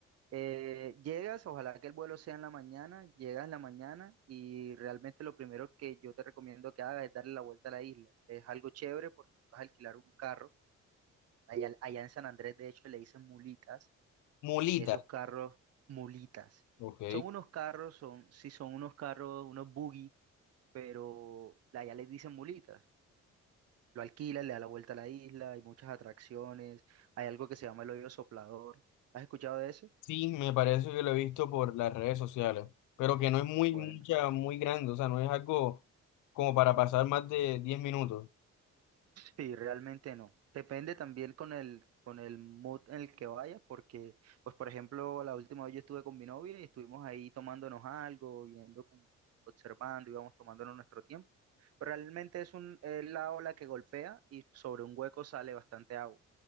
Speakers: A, on the right; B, on the left.
A: Eh, llegas, ojalá que el vuelo sea en la mañana, llegas en la mañana y realmente lo primero que yo te recomiendo que hagas es darle la vuelta a la isla. Es algo chévere porque vas a alquilar un carro. Allá, allá en San Andrés, de hecho, le dicen mulitas.
B: Mulita,
A: Esos carros, mulitas.
B: ok.
A: Son unos carros, son, sí, son unos carros, unos buggy, pero allá les dicen mulitas. Lo alquilas, le da la vuelta a la isla, hay muchas atracciones, hay algo que se llama el hoyo soplador. ¿Has escuchado de ese?
B: Sí, me parece que lo he visto por las redes sociales, pero que no es muy
A: Bueno.
B: mucha, muy grande, o sea, no es algo como para pasar más de diez minutos.
A: Sí, realmente no. Depende también con el, con el mood en el que vaya, porque, pues, por ejemplo, la última vez yo estuve con mi novia y estuvimos ahí tomándonos algo, viendo, como, observando, íbamos tomándonos nuestro tiempo. Pero realmente es un, es la ola que golpea y sobre un hueco sale bastante agua.